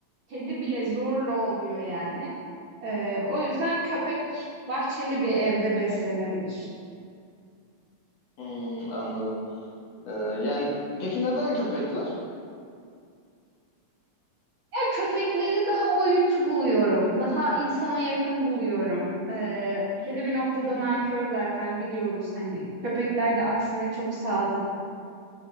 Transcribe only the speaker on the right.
kedi bile zorla oluyor yani. Ee, o yüzden köpek bahçeli bir evde beslenebilir.
Ya köpekleri daha oyuncu buluyorum. Daha insana yakın buluyorum. Ee, kedi bir noktada
nankör zaten biliyoruz. Hani köpekler de aksine çok sadık.